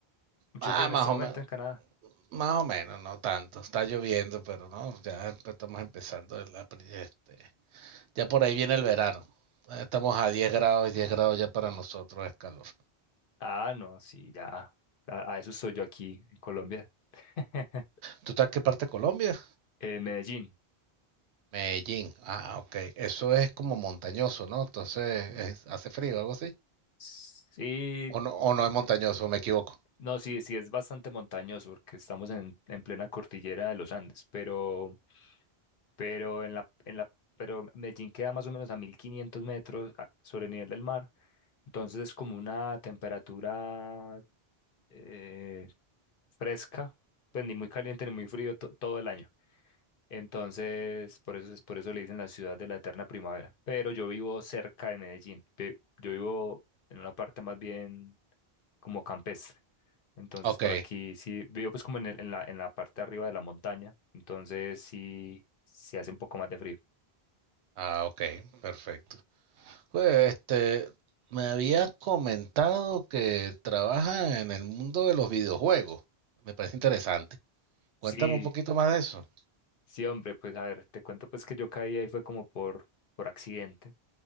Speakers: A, on the left; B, on the right.
A: mucho
B: ah,
A: frío en
B: más
A: este momento
B: o menos,
A: en Canadá.
B: más o menos, no tanto. Está lloviendo, pero no, ya empe- estamos empezando el apri- este, ya por ahí viene el verano. Ah, Estamos a 10 grados, 10 grados ya para nosotros es calor.
A: Ah, no, sí, ya. A, a eso soy yo aquí en Colombia. <laughs>
B: ¿Tú estás en qué parte de Colombia?
A: En Medellín.
B: Medellín. Ah, ok. Eso es como montañoso, ¿no? Entonces, es- ¿hace frío algo así?
A: Sí,
B: ¿O no, o no
A: eh,
B: es montañoso? Me equivoco.
A: no, sí, sí es bastante montañoso porque estamos en, en plena cordillera de los Andes, pero, pero en la, en la, pero Medellín queda más o menos a 1500 metros a- sobre el nivel del mar. Entonces es como una temperatura eh, fresca, pues ni muy caliente ni muy frío to- todo el año. Entonces, por eso, es- por eso le dicen la ciudad de la eterna primavera. Pero yo vivo cerca de Medellín. vi- Yo vivo en una parte más bien como campestre. Entonces,
B: Ok.
A: por aquí sí, vivo pues como en, el- en la, en la parte de arriba de la montaña. Entonces, sí, se hace un poco más de frío.
B: Ah, ok. Perfecto. Pues, este, me habías comentado que trabajas en el mundo de los videojuegos. Me parece interesante.
A: Sí,
B: Cuéntame un poquito más de eso.
A: Sí, hombre, pues a ver, te cuento pues que yo caí ahí fue como por, por accidente,